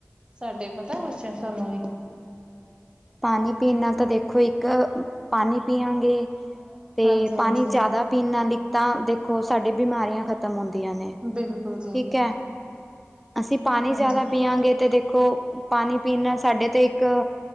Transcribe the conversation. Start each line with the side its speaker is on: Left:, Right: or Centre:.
Right: ਸਾਡੇ ਪਤਾ ਕੁਛਿਆ ਤੁਹਾਨੂੰ ਵੀ,
Centre: ਪਾਣੀ ਪੀਣ ਨਾਲ ਤਾਂ ਦੇਖੋ ਇੱਕ ਪਾਣੀ ਪਿਆਂਗੇ ਤੇ
Right: ਹਾਂਜੀ ਹਾਂਜੀ
Centre: ਪਾਣੀ ਜ਼ਿਆਦਾ ਪੀਣ ਨਾ ਈਕ ਤਾਂ ਦੇਖੋ ਸਾਡੀ ਬਿਮਾਰੀਆਂ ਖਤਮ ਹੁੰਦੀਆਂ ਨੇ
Right: ਬਿਲਕੁਲ ਜੀ
Centre: ਠੀਕ ਹੈ, ਅਸੀਂ ਪਾਣੀ
Right: ਹਾਂਜੀ
Centre: ਜ਼ਿਆਦਾ ਪੀਆਗੇ ਤੇ ਦੇਖੋ ਪਾਣੀ ਪੀਣਾ ਨਾਲ ਸਾਡੇ ਤੇ ਇੱਕ,